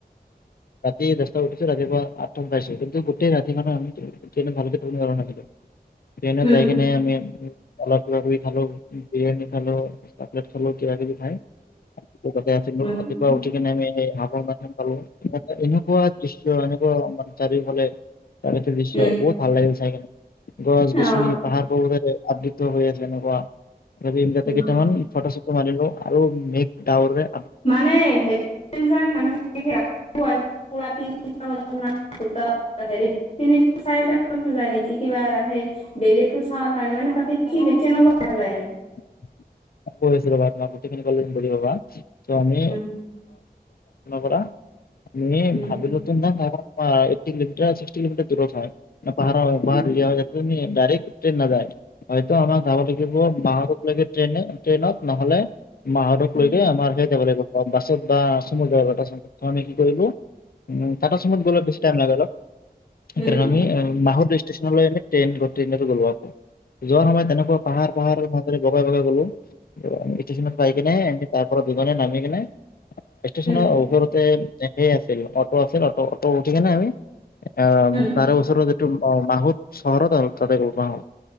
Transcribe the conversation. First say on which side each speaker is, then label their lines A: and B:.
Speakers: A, on the left; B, on the left.
A: ৰাতি দহটাত উঠিছো ৰাতিপুৱা আখটাৰ উঠাইছো কিন্তু গোটেই ৰাতি মানে আমি ট্ৰেইননত ভালকে শুবই নোৱাৰিলো ট্ৰেইনত
B: উম
A: যাইকিনে আমি অলপ কিবাকিবি খালোও বিৰিয়ানি খালো প্লেটখনল কিবাকিবি খায় ৰাতিপুৱাতে আছিলো
B: উম
A: ৰাতিপুৱা উঠি কিনে আমিৰ ম পালো এ এনেকুৱা দৃশ্য চাৰিওফালে প্ৰাকৃতিক দৃশ্য
B: উম
A: বহুত ভাল লাগিল চাইকিনে গছ গছনি
B: অ
A: পাহাৰ পৰ্বতে আবৃত হৈ আছে এনেকোৱা মতে
B: উম
A: কেইটামান ফটো চ টো মাৰিলো আৰু মেঘ ডাৱৰে
B: মানে হে যাং মানুহ প তিনিটা তিনি চাৰি যায় নেকি কিবা আহে বেলিতো চাও কাৰণে মানে তহতি কি বি কেনেকোৱা কৰা যায়
A: <inaudible> কৈ আছো ৰবা তোমাৰ গোটেইখিনি কলে বুজি পাবা এতিয়া' আমি
B: উম
A: পৰা আমি
B: উম
A: ভাবি নতুন ধাক এইটটি কিলোমিটাৰ ছিক্সটি কিলোমিটাৰ দূৰত হয় পাহাৰ বা
B: উম
A: ৰিয়া এখিনি ডাইৰেক্ট ট্ৰেইন নাজায় হয়তো আমাৰ যাবা লাগিব বাৰতা লাগি ট্ৰেইনত ট্ৰেইনত নহলে মাহতক
B: উম
A: লৈ গৈ আমাৰ সে যাব লাগিব বাছত বা চমুত যাব লাগিব চতে কি কৰিলো উম টাটা চমুত গ'লে বেছি টাইম লাগে অলপ সেইকাৰণে
B: উম
A: আমি মাহত ষ্টেচনলৈ আমি ট্ৰেইন গটেইতটো গলো আকো যোৱাৰ সময়ত তেনেকোৱা পাহাৰ পাহাৰ মৰে বগাই বগাই গ'লোঁ গোটেইখিনি পাই কিনে তাৰপৰা দুজনে নামি কিনে ষ্টেচনৰ
B: উম
A: ওচৰত সেই আছিল অটো আছিল অ অটো উঠি কিনে আমি অ
B: উম
A: তাৰে ওচৰতে মাহত চহৰত হ'ল তাতে গাহো